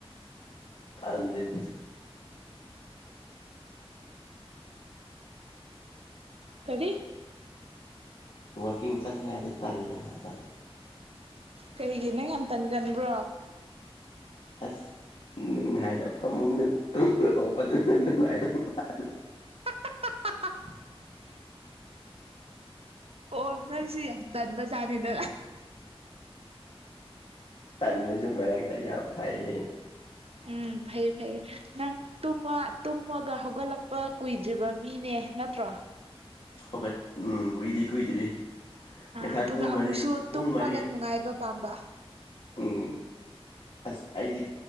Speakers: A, on the left (about 65°); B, on the right (about 70°).
A: ꯑꯗꯨꯢꯗꯨ
B: ꯀꯔꯤ
A: ꯋꯥꯀꯤꯡ ꯆꯠ ꯅꯤꯡꯉꯥꯢꯗꯣ ꯇꯜꯂꯦ ꯍꯥꯏꯕ
B: ꯀꯔꯤꯒꯤ ꯅꯪ ꯌꯥꯝ ꯇꯟꯒꯟꯕ꯭ꯔꯣ
A: ꯑꯣ ꯑꯁ ꯉꯥꯏꯗ ꯐꯃꯨꯡꯗ ꯇꯨꯝ ꯑꯣꯄꯗꯨꯅ ꯅꯨꯡꯉꯥꯏꯗꯧ ꯃꯥꯜꯂꯤ
B: ꯍꯥꯍꯥꯍꯥ ꯑꯣ ꯅꯪꯁꯤ ꯌꯥꯝ ꯇꯟꯕꯖꯥꯠꯅꯤꯗꯅ
A: ꯇꯟꯕꯁꯨ ꯃꯔꯛꯇ ꯌꯥꯝ ꯐꯩꯌꯦ
B: ꯎꯝ ꯐꯩ ꯐꯩꯌꯦ ꯅꯪ ꯇꯨꯝꯃ ꯇꯨꯝꯃꯒ ꯍꯧꯒꯠꯂꯛꯄ ꯀꯨꯏꯗ꯭ꯔꯤꯕ ꯃꯤꯅꯦ ꯅꯠꯇ꯭ꯔꯣ ꯋꯥ
A: ꯍꯧꯒꯠ ꯎꯝ ꯀꯨꯏꯗ꯭ꯔꯤ ꯀꯨꯏꯗ꯭ꯔꯤ
B: ꯑ
A: ꯉꯁꯥꯏ
B: ꯑꯗꯨꯒ
A: ꯄꯨꯡ
B: ꯑꯃꯨꯛꯁꯨ
A: ꯃꯔꯤ ꯄꯨꯡ
B: ꯇꯨꯝꯃꯒ
A: ꯃꯔꯤ
B: ꯅꯨꯡꯉꯥꯏꯕ ꯄꯥꯝꯕ
A: ꯎꯝ ꯑꯁ ꯑꯩꯗꯤ